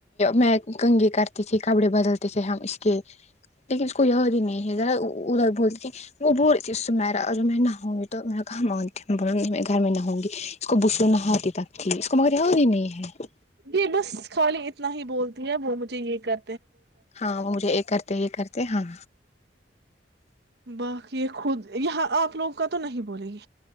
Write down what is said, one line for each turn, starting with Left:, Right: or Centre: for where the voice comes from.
Left: میں کنگی کرتے کپڑے بدلتے تھے ہم اس کے لیکن اس کو ہی نہیں ہے ذرا ادھر بولتی تھی وہ بول تھی اس سے میرا اور جو میں نہ ہوں گی تو میرا کہاں مانتی ب گھر میں نہ ہوں گی اس کو بشو نہ آتی تک تھی اس کو مگر ہو ہی نہیں ہے
Right: یہ بس خالی اتنا ہی بولتی ہے وہ مجھے یہ کر
Left: ہاں وہے یہ کرتے یہ کرتے ہاں
Right: باقی یہ خود یہاں آپ لوگوں کا تو نہیں بولے گی